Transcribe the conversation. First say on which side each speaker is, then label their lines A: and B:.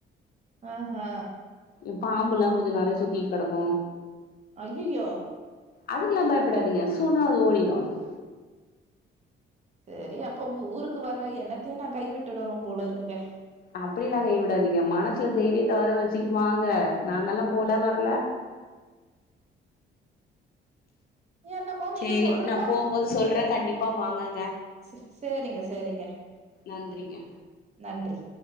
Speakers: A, on the right (about 35°); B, on the left (about 50°).
A: ஆஹா
B: ம் பாம்புல்லா கொஞ்சோ நறைய சுத்திட்டு கெடக்கூ
A: அய்யிய்யோ
B: அதுக்குலா பயப்படாதீங்க சூனா அது ஓடிடு அது
A: செரி அப்ப உங்க ஊருக்கு வர்ற எண்ணத்தியு நா கைவிட்டுடணும் போல இருக்குங்க
B: அப்டிலா கை விடாதீங்க மனசுல தைரியத்த வர வச்சுட்டு வாங்க நாங்கல்லா போல வரல
A: என்னமோ நீங்க
B: சேரி
A: சொல்றீங்க
B: நா போம்போது சொல்றே கண்டிப்பா வாங்கங்க
A: ஸ் சேரிங்க சேரிங்க
B: நன்றிங்க
A: நன்றி